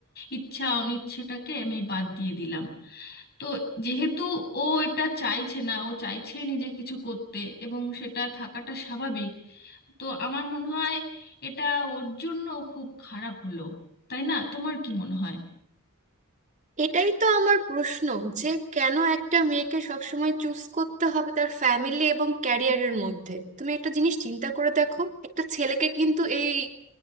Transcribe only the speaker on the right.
এটাই তো আমার প্রশ্ন যে কেন একটা মেয়েকে সবসময় চুজ করতে হবে তার ফ্যামিলি এবং ক্যারিয়ারের মধ্যে তুমি একটা জিনিস চিন্তা করে দেখো একটা ছেলেকে কিন্তু এই